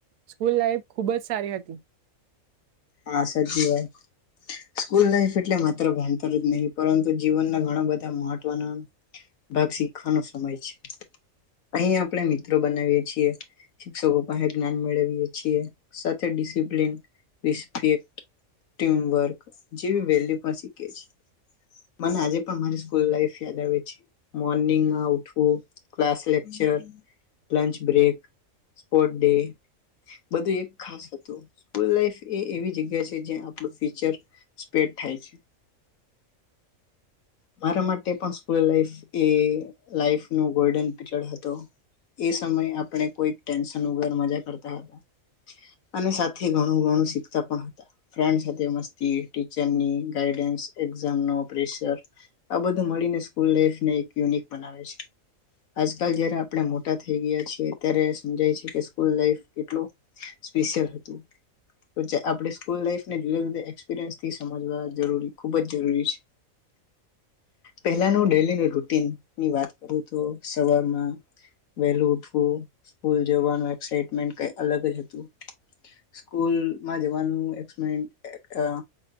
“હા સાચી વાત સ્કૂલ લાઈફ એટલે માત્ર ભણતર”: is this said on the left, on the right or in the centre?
Left